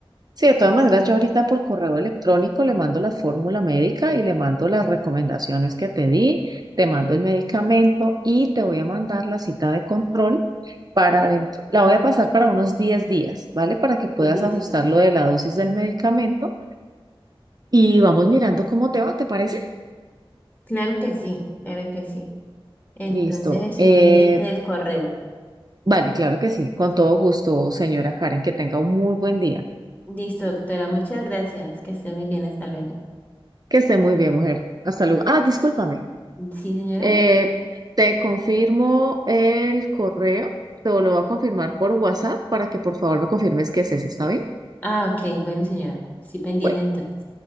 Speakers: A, on the right; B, on the left.
A: Sí, de todas maneras, yo ahorita por correo electrónico le mando la fórmula médica y le mando las recomendaciones que te di, te mando el medicamento y te voy a mandar la cita de control para dentro. La voy a pasar para unos 10 días, ¿vale? Para que puedas
B: Listo.
A: ajustar lo de la dosis del medicamento y vamos mirando cómo te va, ¿te parece?
B: Claro que sí, claro que sí. Entonces
A: Listo.
B: estoy
A: Eh,
B: pendiente del correo.
A: vale, claro que sí. Con todo gusto, señora Karen, que tenga un muy buen día.
B: Listo, doctora, muchas gracias. Que esté muy bien, hasta luego.
A: Que esté muy bien, mujer. Hasta luego. Ah, discúlpame.
B: ¿Sí, señora?
A: Eh, te confirmo el correo. Te lo voy a confirmar por WhatsApp para que por favor me confirmes que es ese, ¿está bien?
B: Ah, ok, bueno, señora. Sí, pendiente
A: Bueno,
B: entonces.